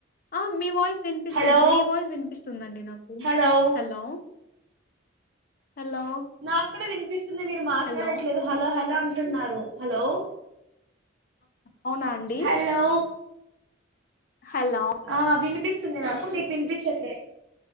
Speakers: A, on the left; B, on the right.
A: ఆ మీ వాయిస్ వినిపిస్తుంది
B: హలో
A: మీ వాయిస్ వినిపిస్తుందండి నాకు
B: హలో
A: హలో హలో
B: నాకుడా వినిపిస్తుంది మీరు మాట్లాడట్లేదు
A: హలో.
B: హలో హలో అంటున్నారు హలో
A: అవునా అండి
B: హలో
A: హలో
B: ఆ వినిపిస్తుంది నాకు మీకు వినిపించట్లే